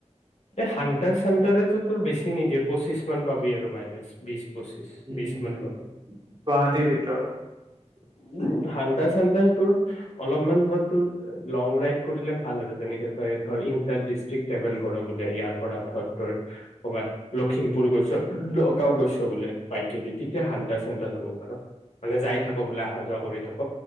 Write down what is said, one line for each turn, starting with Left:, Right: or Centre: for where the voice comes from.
Left: এই হান্তাৰ -চানটাৰে তো, তোৰ বেছি নিদিয়ে পঁচিশ-মান পাবি আৰু মাইলেজ বিশ
Right: উম
Left: পঁচিছ বিশ
Right: ',
Left: মান পাবি
Right: গুৱাহাটীৰ ভিতৰত।
Left: উ ',- হাণ্টাৰ -চান্তাৰ তোৰ অলপমান ধৰ', তোৰ লং -ৰাইড কৰিলে ভাল আৰু, যেনেকে তই ধৰ ইণ্টাৰ -ডিষ্ট্ৰিক্ ট্ৰেভেল কৰ বোলে, ইয়াৰ পৰা ধৰ তোৰ ক'ৰবাত লখিমপুৰ গৈছ, নগাওঁ
Right: উম।
Left: গৈছ বোলে বইকেদি, তেতিয়া হান্তাৰ- -চান্তাৰ ল'ব পাৰ। মানে যাই থাক বোলে অহা যোৱা কৰি থাক